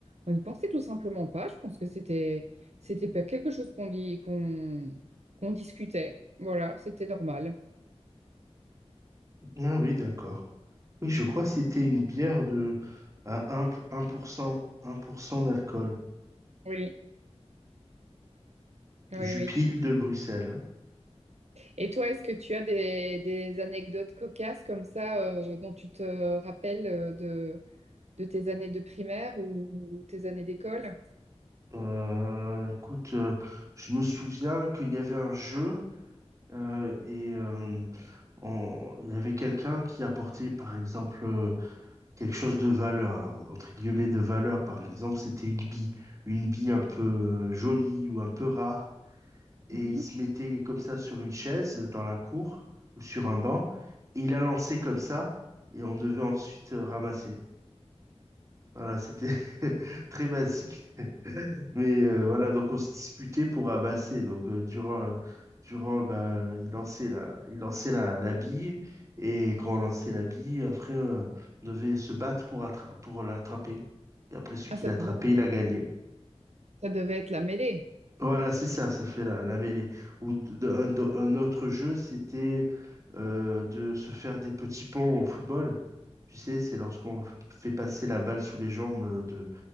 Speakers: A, on the right (about 75°); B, on the right (about 30°).
A: On n'y pensait tout simplement pas. Je pense que c'était, c'était pas quelque chose qu'on dit, qu'on, qu'on discutait. Voilà, c'était normal.
B: Ah oui, d'accord. Oui, je crois que c'était une bière de à un pour- un pour cent, un pour cent d'alcool.
A: Oui. Oui,
B: Jupille
A: oui.
B: de Bruxelles. hein.
A: Et toi, est-ce que tu as des, des anecdotes cocasses comme ça euh, dont tu te rappelles euh, de, de tes années de primaire ou tes années d'école?
B: Euh, écoute, euh, je me souviens qu'il y avait un jeu euh, et euh, on- il y avait quelqu'un qui apportait, par exemple, euh, quelque chose de valeur. Alors, entre guillemets, de valeur, par exemple, c'était une bille, une bille un peu euh, jolie ou un peu rare. Et
A: Mhm.
B: il se mettait comme ça sur une chaise dans la cour ou sur un banc. Et il a lancé comme ça. Et on devait ensuite euh, ramasser. Voilà, c'était <laughs> très basique. Mais euh, voilà, donc on se disputait pour ramasser. Donc euh, durant, euh, durant bah, euh, il lançait la, il lançait la, la bille et quand on lançait la bille, après euh, on devait se battre pour attra- pour l'attraper. Et après celui
A: Ah,
B: qui
A: ça
B: l'attrapait,
A: devait,
B: il a gagné.
A: ça devait être la mêlée.
B: Voilà, c'est ça, ça fait la, la mêlée. Ou d- d- un, d- un autre jeu, c'était euh, de se faire des petits ponts au football. Tu sais, c'est lorsqu'on f- fait passer la balle sous les jambes de,